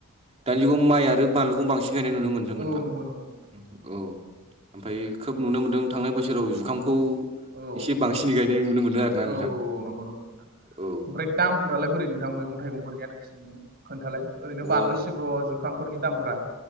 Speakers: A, on the right; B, on the right.
A: दानि जुगाव माइ आरो बानलुखौ बांसिन गायनाय नुनो मोन्दोंमोन
B: औ
A: नोंथां
B: नंगौ नंगौ
A: औ ओमफ्राय खोब नुनो मोनदों थांनाय बोसोराव जुखामखौ
B: औ
A: एसे बांसिनै गायनाय नुनो मोनदों आरो ना
B: औ
A: नोंथां
B: औ नंगौ नंगौ
A: औ
B: ओमफ्राय दामफोरालाय बोरै नोंथां मैगं थाइगंफोरनिया नोंसिनिथिं खोन्थालाय ओरैनो
A: अ
B: बानलु सिब्र' जु जुखामफोरनि दामफोरा